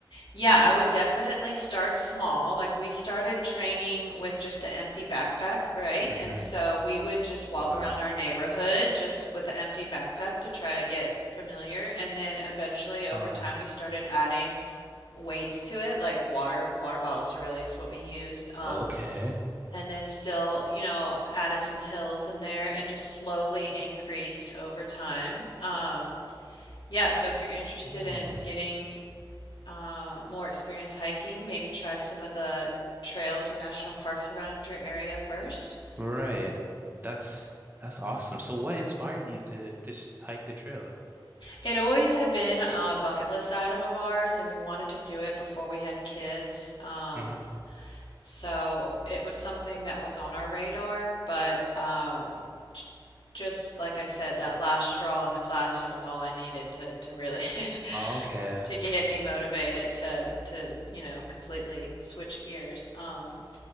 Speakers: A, on the left; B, on the right.
A: Yeah, I would definitely start small. Like we started training with just an empty backpack, right?
B: Mm-hmm.
A: And so we would just walk
B: Wow.
A: around our neighborhood just with an empty backpack to try to get familiar. And then eventually over
B: Uh,
A: time we started adding weights to it, like water water bottles really is what we used. Um,
B: okay.
A: and then still, you know, added some hills in there and just slowly increased over time. Um, yeah, so if you're interested
B: Oh,
A: in getting uh, more experience hiking, maybe try some of the trails or national parks around your area first.
B: right. That's that's awesome. So what inspired you to to s- hike the trail?
A: It always had been a bucket list item of ours, and we wanted to do it before we had kids. Um,
B: Mm-hmm.
A: so it was something that was on our radar, but um, j- just like I said, that last straw in the classroom is all I needed to, to really
B: Okay.
A: <laughs> to get me motivated to to you know completely switch gears. Um,